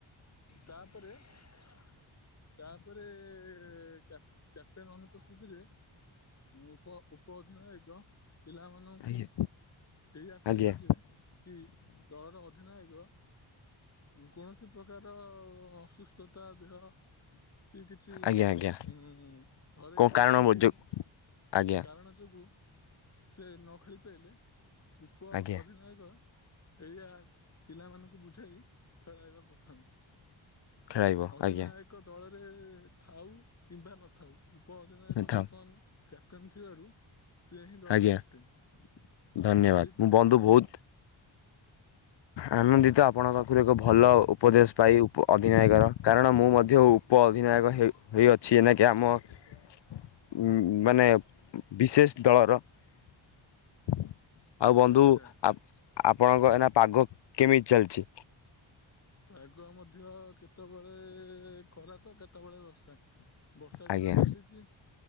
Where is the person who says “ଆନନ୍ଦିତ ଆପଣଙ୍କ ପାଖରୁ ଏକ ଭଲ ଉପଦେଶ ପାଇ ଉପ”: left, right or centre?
Left